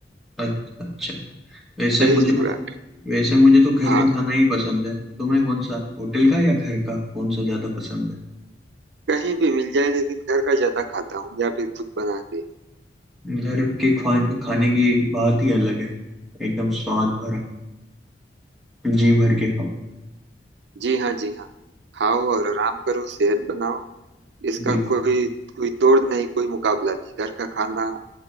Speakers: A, in the centre; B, on the right.
A: अच्छा अच्छा वैसे
B: दही
A: मुझे
B: चूड़ा
A: तो वैसे मुझे तो घर
B: हाँ
A: का खाना ही पसंद है तुम्हें कौन सा होटल का या घर का कौन सा ज्यादा पसंद है
B: कहीं भी मिल जाए लेकिन घर का ज्यादा खाता हूँ या फिर खुद बना के
A: घर के खा, खाने की बात ही अलग है एकदम स्वाद भरा जी भर के खाओ
B: जी हाँ जी हाँ खाओ और आराम करो सेहत बनाओ इसका
A: बिल्कुल
B: कोई कोई तोड़ नहीं कोई मुकाबला नहीं घर का खाना